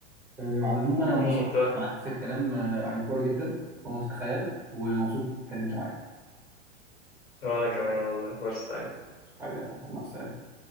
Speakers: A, in the centre; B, on the left (about 55°).
A: آه، على العموم انا انبسطت
B: امم فاهم
A: معاك في الكلام آه، عن الكوره جدا فما تتخيل ومبسوط إني اتكلمت معاك
B: وأنا كمان والله فرصة
A: حبيبي يا عبد الرحمن، مع السلامه